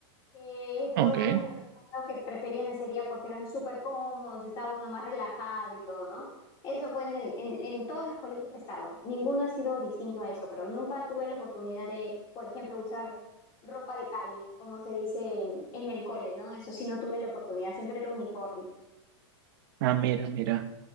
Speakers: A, on the left; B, on the right.
A: que
B: Ok.
A: todas las personas creo que preferían ese día porque eran súper cómodos, estaba uno más relajado y todo, ¿no? Eso fue en el, en, en todos los colegios que he estado. Ninguno ha sido distinto a eso, creo. Nunca tuve la oportunidad de, por ejemplo, usar ropa de calle, como se dice en, en el cole, ¿no? Eso sí no tuve la oportunidad, siempre era uniforme.
B: Ah, mira, mira.